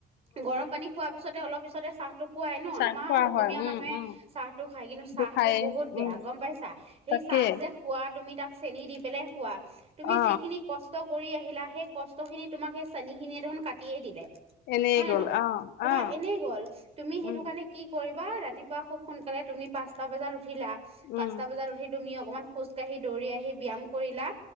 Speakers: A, on the right (about 35°); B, on the left (about 80°).
A: গৰম পানী খোৱাৰ পিছতে অলপ পিছতে চাহটো খুৱাই ন,
B: চাহ
A: আমাৰ
B: খোৱা
A: আৰু অসমীয়া
B: হয় উম
A: মানুহে
B: উম
A: চাহ টো খায় কিন্তু চাহটো
B: খায়েই
A: বহুত
B: উম
A: বেয়া গম পাইছা। সেই
B: তাকে
A: চাহ যে খোৱা তুমি তাক চেনি দি পেলাই খোৱা। তুমি
B: অ
A: যিখিনি কষ্ট কৰি আহিলা। সেই কষ্ট খিনি তোমাক সেই চেনী খিনিৱে দেখোন কাটিয়ে দিলে।
B: এনেই
A: হয়
B: গ'ল
A: নে নহয়?
B: অ
A: তোমাৰ
B: অ
A: এনেই গ'ল। তুমি সেইটো
B: উম
A: কাৰণে কি কৰিবা? ৰাতিপুৱা খুব সোনকালে তুমি পাঁচটা বজাত উঠিলা
B: উম
A: পাঁচটা বজাত উঠি তুমি অকনমান খোজ কাঢ়ি, দৌৰি আহি, ব্যয়াম কৰিলা।